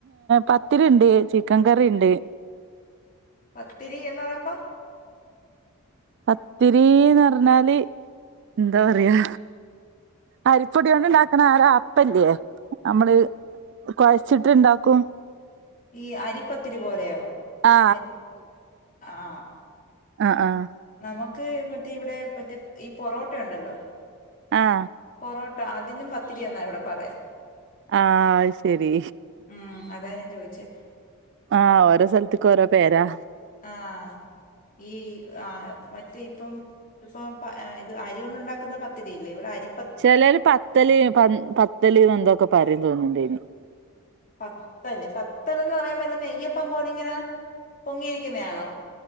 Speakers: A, on the right; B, on the left.
A: പത്തിരി ഉണ്ട് ചിക്കൻ കറി ഉണ്ട്
B: പത്തിരി എന്ന് പറയുമ്പോ
A: പത്തിരിന്ന് പറഞ്ഞാല് എന്താ പറയാ അരിപ്പൊടിയ കൊണ്ട് ഉണ്ടാക്കുന്ന ഓര് അപ്പല്ലേ നമ്മള് കുഴച്ചിട്ട്ണ്ടാക്കും
B: ഈ അരിപ്പത്തിരി പോലെയോ
A: ആ
B: അരി ആഹ
A: ആഹ ആഹ
B: നമുക്ക് മറ്റേ ഇവിടെ മറ്റേ ഈ പൊറോട്ട ഉണ്ടല്ലോ
A: ആഹ
B: പൊറോട്ട അതിനും പത്തിരി എന്നാ ഇവിടെ പറയുന്നേ
A: ആഹ ശരി
B: ഉം അതാ ഞാൻ ചോയ്ച്ചേ
A: ആഹ് ഓരോ സ്ഥലത്ത്ക്ക് ഓരോ പേരാ
B: ആഹ് ഈ ആ മറ്റേ ഇപ്പം ഇപ്പൊ പ ഏഹ് ഇത് അരി കൊണ്ട് ഉണ്ടാക്കുന്ന പത്തിരിയില്ലേ ഇവിടെ അരി
A: ചെലര് പത്തല് പൻ പത്തല് ന്ന് എന്തോക്കെ പറയും തോന്നുന്നുണ്ടയ്ന്
B: പത്തല് പത്തല്ന്ന് പറയുമ്പോല്ലേ നെയ്യപ്പം പോല ഇങ്ങനെ പൊങ്ങിയിരിക്കുന്നയാണോ